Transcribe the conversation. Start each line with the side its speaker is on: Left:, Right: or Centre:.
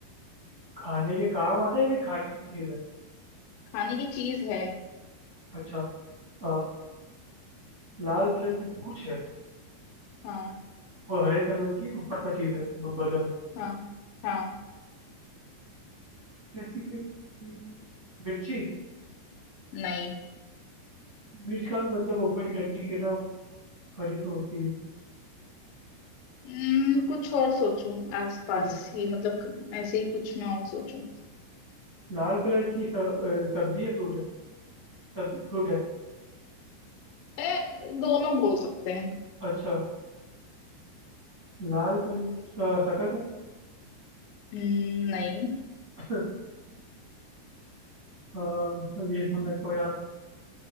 Right: खाने के काम आता है या फिर खाने की चीज़ है
Left: खाने की चीज है
Right: अच्छा अ, लाल कलर की पूंछ है
Left: हाँ
Right: और हरे कलर की ऊपर का चीज है ब- बदन
Left: हाँ हाँ
Right: कैसी कैसी मिर्ची
Left: नहीं
Right: मिर्च का भी मतलब ऊपर की डंडी के ना खरी तो होती है
Left: हम्म,
Right: हाँ,
Left: कुछ और सोचो आसपास
Right: ठीक है
Left: ही मतलब क- ऐसे ही कुछ मैं और सोचूं
Right: लाल कलर की स- अ, सब्जी है फ्रूट है सब फ्रूट है
Left: ए, दोनों बोल सकते हैं
Right: अच्छा लाल कलर का शकल है
Left: हम्म, नहीं
Right: <coughs> अ, ये तो मेरे को याद